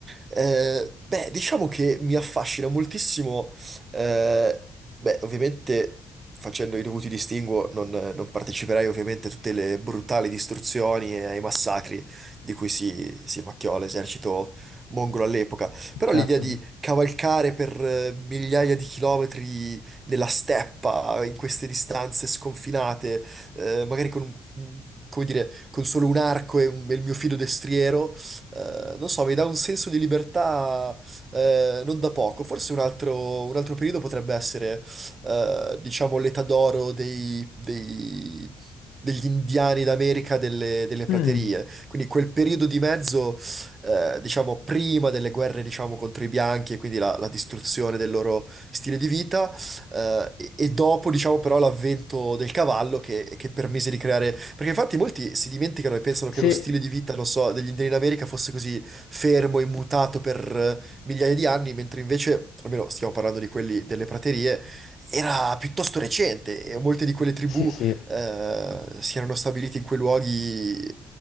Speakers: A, on the right (about 35°); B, on the left (about 80°).
A: Eh, beh, diciamo che mi affascina moltissimo, eh, beh, ovviamente facendo i dovuti distinguo non, non parteciperai ovviamente a tutte le brutali distruzioni e ai massacri di cui si, si macchiò l'esercito mongolo all'epoca, però
B: certo.
A: l'idea di cavalcare per eh, migliaia di chilometri nella steppa, in queste distanze sconfinate, eh, magari con un- come dire, con solo un arco e, un- e il mio fido destriero, eh, non so, mi dà un senso di libertà eh, non da poco. Forse un altro, un altro periodo potrebbe essere, eh, diciamo, l'età d'oro dei, dei- degli indiani d'America delle, delle praterie.
B: Mm,
A: Quindi quel periodo di mezzo, eh, diciamo, prima delle guerre, diciamo, contro i bianchi e quindi la, la distruzione del loro stile di vita eh, e e dopo, diciamo, però, l'avvento del cavallo che, che permise di creare. Perché infatti molti si dimenticano e pensano
B: Sì,
A: che lo stile di vita, non so, degli indiani in America fosse così fermo e mutato per eh, migliaia di anni, mentre invece, almeno stiamo parlando di quelli delle praterie, era piuttosto recente e molte di quelle tribù
B: sì, sì.
A: eh, si erano stabilite in quei luoghi.